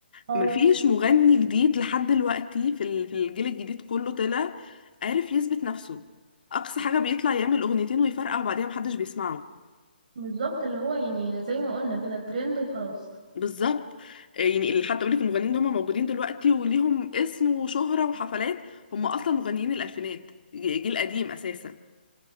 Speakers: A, on the right; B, on the left.
A: اه
B: مفيش مغني جديد لحد دلوقتي في ال- في الجيل الجديد كله طلع عارف يثبت نفسه أقصى حاجة بيطلع يعمل أغنيتين ويفرقع وبعدين محدش بيسمعه
A: بالظبط اللي هو يعني زي ما قلنا كده ترند وخلاص
B: بالظبط آه، يعني اللي حتى أقولك المغنيين اللي هم موجودين دلوقتي وليهم اسم وشهرة وحفلات هم أصلا مغنيين الألفينات جي- جيل قديم أساسا